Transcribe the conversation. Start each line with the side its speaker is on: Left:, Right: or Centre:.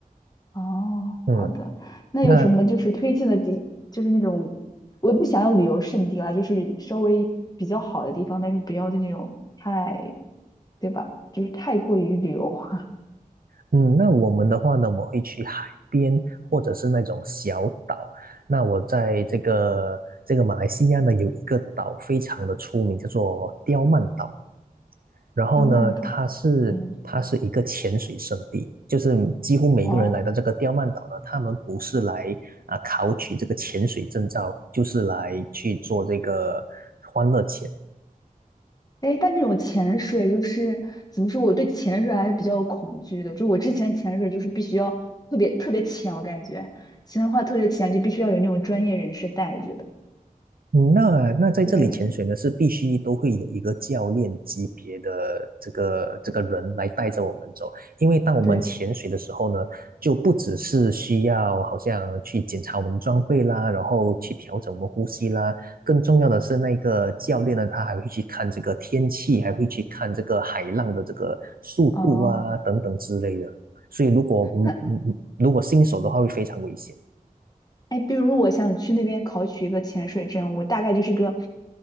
Left: 哦，
Right: 嗯，
Left: 好的，那有什么就是推荐的地，
Right: 那
Left: 就是那种我也不想要旅游胜地啦，就是稍微比较好的地方，但是不要就那种太，对吧？就是太过于旅游化。<laughs>
Right: 嗯，那我们的话呢，我们会去海边或者是那种小岛。那我在这个这个马来西亚呢，有一个岛非常的出名，叫做刁曼岛。然后呢，
Left: 刁曼岛，
Right: 它是它是一个潜水圣地，
Left: 嗯，
Right: 就是几乎每一个人来到这个刁曼岛呢，
Left: 哇哦，
Right: 他们不是来啊考取这个潜水证照，就是来去做这个欢乐潜
Left: 哎，但这种潜水就是怎么说，我对潜水还是比较有恐惧的。就我之前潜水就是必须要特别特别浅，我感觉潜的话特别浅就必须要有那种专业人士带着的。
Right: 嗯那那在这里潜水呢，
Left: 对
Right: 是必须都会有一个教练级别的这个这个人来带着我们走，因为当我们潜水的时候呢，
Left: 对，
Right: 就不只是需要好像去检查我们的装备啦，然后去调整我们呼吸啦，更重要的是那个教练呢，他还会去看这个天气，还会去看这个海浪的这个速度啊等等之类的，
Left: 哦。
Right: 所以如果嗯嗯嗯如果新手的话会非常危险。
Left: 那哎，比如我想去那边考取一个潜水证，我大概就是个